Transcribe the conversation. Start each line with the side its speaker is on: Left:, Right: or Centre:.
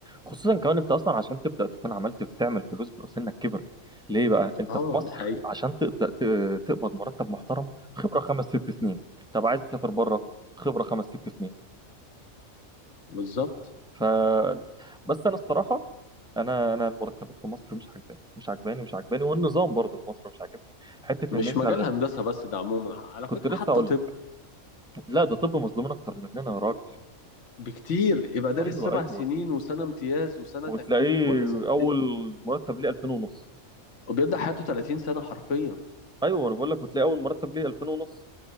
Centre: خصوصا كمان انت اصلا عشان تبدا تكون عملت تعمل فلوس بيبقى سنك كبر ليه بقى انت
Left: اه
Centre: في مصر
Left: ده حقيقي
Centre: عشان تبدا ت- تقبض مرتب محترم خبره خمس ست سنين طب عايز تسافر بره خبره خمس ست سنين
Left: بالظبط
Centre: ف بس انا الصراحه انا انا المرتبات في مصر مش عجباني مش عجباني مش عجباني والنظام برضه في مصر مش عاجبني حته
Left: مش
Centre: ان انت
Left: مجال هندسه بس ده عموما على
Centre: كنت
Left: فكره
Centre: لسه
Left: حتى
Centre: اقول
Left: طب
Centre: لك لا ده طب مظلومين اكتر مننا يا راجل
Left: بكتير يبقى دارس
Centre: ايوه
Left: سبع
Centre: ايوه
Left: سنين وسنه امتياز وسنه
Centre: وتلاقيه
Left: تكليف ولا سنتين
Centre: اول مرتب ليه 2000 ونص
Left: وبيبدا حياته 30 سنه حرفيا
Centre: ايوه انا بقول لك وتلاقي اول مرتب ليه 2000 ونص